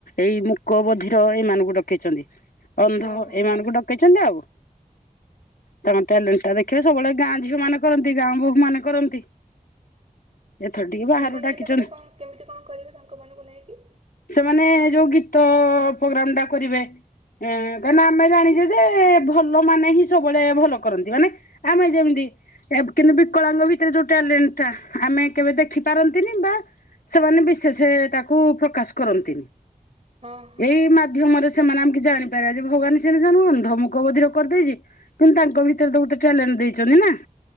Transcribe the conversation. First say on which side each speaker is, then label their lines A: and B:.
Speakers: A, on the left; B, on the right.
A: ଏଇ ମୁକ ବଧିର ଏଇ ମାନଙ୍କୁ ଡକେଇଚନ୍ତି। ଅନ୍ଧ
B: ଓହୋ।
A: ଏମାନଙ୍କୁ ଡକେଇଚନ୍ତି ଆଉ। ତାଙ୍କ ଟ୍ୟାଲେଣ୍ଟା ଦେଖିବା ସବୁଳେ ଗାଁ ଝିଅ ମାନେ କରନ୍ତି ଗାଁ ବୋହୂ ମାନେ କରନ୍ତି ଏଥର ଟିକେ ବାହାରୁ
B: ସେମାନେ
A: ଡାକିଛନ୍ତି
B: ହେଲେ ମାନେ କଣ କେମିତି କଣ କରିବେ ତାଙ୍କମାନଙ୍କୁ ନେଇକି
A: ସେମାନେ ଯୋଉ ଗୀତ ପ୍ରୋଗ୍ରାମ ଟା କରିବେ ହୁଁ କାଁକି
B: ହଁ
A: ନା ଆମେ ଜାଣିଛେ ଯେ ଭଲ ମାନେ ହିଁ ସବୁବେଳେ ଭଲ କରନ୍ତି ମାନେ ଆମେ ଯେମିତି କିନ୍ତୁ ବିକଳାଙ୍ଗ ଭିତରେ ଯୋଉ ଟ୍ୟାଲେଣ୍ଟ ଟା ଆମେ କେବେ ଦେଖିପାରନ୍ତିନି ବା ସେମାନେ ବିଶେଷ ତାକୁ ପ୍ରକାଶ କରନ୍ତିନି।
B: ହଁ ହଁ।
A: ଏଇ ମାଧ୍ୟମରେ ସେ ସେମାନେ ଆମ କି ଜାଣିପାରିବ ଯେ ଭଗାନ ସେ ସୁ ଅନ୍ଧ ମୁକ ବବଧିରେ କରିଦେଇଛି କିନ୍ତୁ ତାଙ୍କ କବିତେ ଦ ଉ ଟ ଠା ଲେ ଦେଇଛି ଅଛନ୍ତି ନା